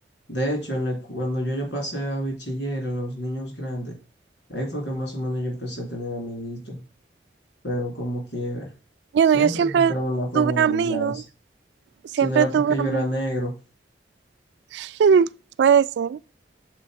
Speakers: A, on the left; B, on the right.
A: De hecho, en la- cuando yo, yo pasé a bachiller, a los niños grandes, ahí fue que más o menos yo empecé a tener amiguitos. Pero como quiera,
B: Yo
A: siempre
B: no, yo siempre
A: encontraban la forma
B: tuve
A: de
B: amigos,
A: burlarse.
B: siempre
A: Si no era porque
B: tuve
A: yo
B: amigos.
A: era negro,
B: <laughs> Puede ser,